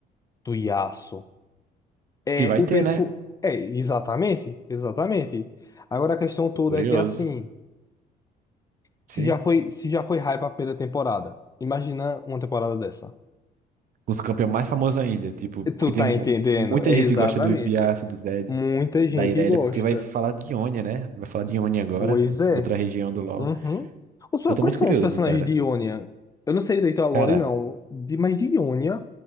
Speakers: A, on the left (about 20°); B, on the right (about 55°).
A: do Yasuo. É,
B: Que vai
A: o
B: ter,
A: pessoal.
B: né?
A: É, exatamente, exatamente. Agora a questão toda
B: Tô curioso.
A: é que assim. Se
B: Sim.
A: já foi, se já foi hype a primeira temporada, imagina uma temporada dessa.
B: Com os campeões mais famosos ainda. Tipo, porque
A: Tu
B: tem
A: tá
B: mu-
A: entendendo?
B: muita
A: É
B: gente
A: exatamente.
B: que gosta do Yasuo, do Zed,
A: Muita gente
B: da Irelia,
A: gosta.
B: porque vai falar de Ionia, né? Vai falar de Ionia agora,
A: Pois é.
B: outra região do LoL.
A: Uhum. Os,
B: Eu tô
A: quais
B: muito
A: são
B: curioso,
A: os personagens
B: cara.
A: de Ionia? Eu não sei direito a lore,
B: Cara,
A: não. De, mas de Ionia?